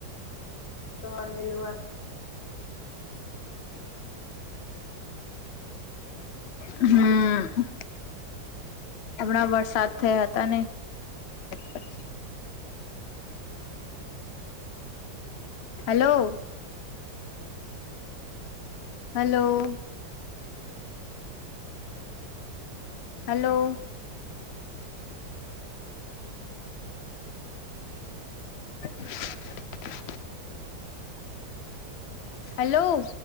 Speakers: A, on the left; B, on the left.
A: અ મનેલું હતત
B: હમ. હમણાં વરસાદ થયા હતા ને. પછી હલો. હલો. હલો. <inaudible> હલો.